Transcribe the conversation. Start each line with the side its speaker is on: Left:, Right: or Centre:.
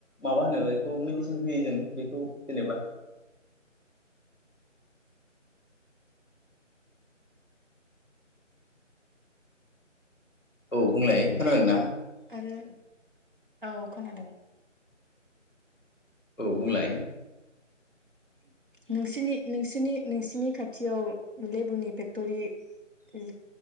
Left: माबा होनो बेखौ मेडिसिन होयो जों बेखौ जेनेबा औ बुंलाय खोनादों ना
Right: आरो औ खोनादों
Left: औ बुंलाय
Right: नोंसिनि नोंसिनि नोंसिनि खाथियाव लेबुनि फेक्ट'रि ओ